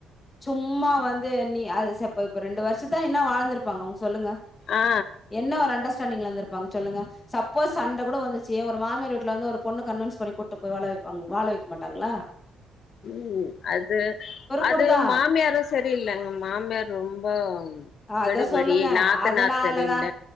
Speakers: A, on the left; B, on the left.
A: சும்மா வந்து நீ அது சப் இப்ப ரெண்டு வருஷந்தா இன்னு வாழ்ந்திருப்பாங்கவுங் சொல்லுங்க
B: ஆ
A: என்ன வர அண்டர்ஸ்டாண்டிங்ல இருந்ருப்பாங்க சொல்லுங்க சப்போஸ் சண்ட கூட வந்துச்சு ஏ ஒரு மாமியார் வீட்ல வந்து ஒரு பொண்ண கன்வின்ஸ் பண்ணி கூட்டு போ வாழ வெப்பாங்க வாழ வெக்க மாட்டாங்ளா
B: ம் அது அது
A: கூடதா
B: மாமியாரு சரியில்லங்க மாமியார் ரொம்ப
A: அத
B: கெடுபடி
A: சொல்லுங்க
B: நாத்தனார்
A: அதனாலதா
B: சரியில்ல